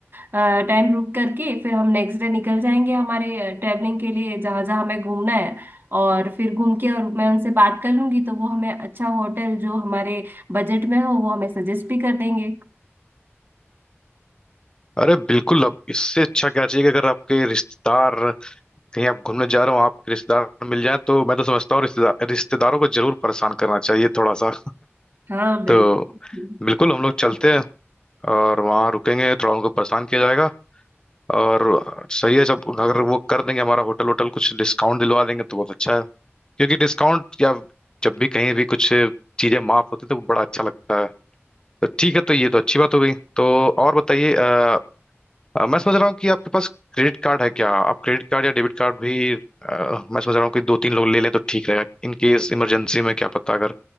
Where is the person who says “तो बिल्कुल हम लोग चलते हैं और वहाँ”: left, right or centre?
Left